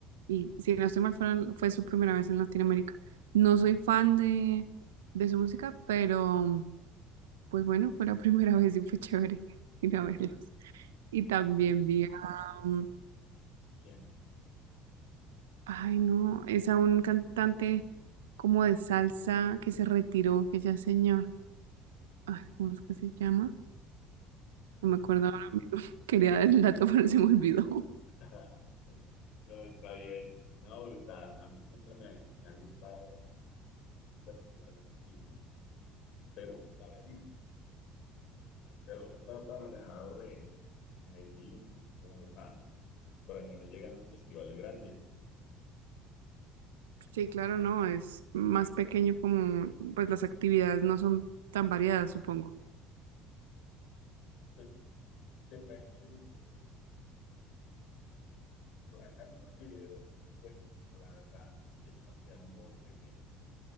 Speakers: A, on the right; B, on the left.
A: y si no estoy mal, fueron- fue su primera vez en Latinoamérica. No soy fan de, de su música, pero Pues bueno, fue la primera <laughs> vez y fue chévere <laughs> ir a verlos. Y también
B: ¿Y
A: vi a, um,
B: quién?
A: ay no, es a un cantante como de salsa que se retiró, que ya es señor. Ay, ¿cómo es que se llama? No
B: Mm.
A: me acuerdo ahora mismo. <laughs> Quería dar el dato, <laughs> pero se me olvidó.
B: <laughs> No, está bien. No, brutal. A mí siempre me, me ha gustado. festivales así, pero pues para ir, porque al uno está tan alejado de, de Medellín o Bogotá, por aquí no llegan los festivales grandes.
A: Sí, claro, no, es más pequeño como, pues las actividades no son tan variadas, supongo.
B: Pues depende de lo que si usted haga. Por acá el Rivero es buenísimo, la verdad, y es una ciudad muy pequeña.